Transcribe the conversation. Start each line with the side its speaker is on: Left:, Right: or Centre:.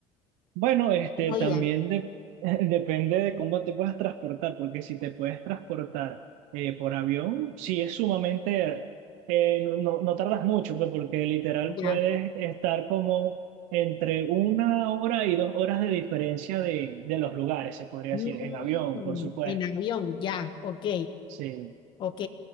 Right: Bueno, este
Left: Mismo
Right: también
Left: día,
Right: de- <laughs> depende de cómo te puedas transportar, porque si te puedes transportar eh, por avión, sí es sumamente, eh, no, no no tardas mucho, pues, porque literal
Left: ya.
Right: puedes estar como entre una hora y dos horas de diferencia de, de los lugares, se podría
Left: Mm,
Right: decir, en avión, por supuesto.
Left: en avión, ya, ok,
Right: Sí,
Left: ok.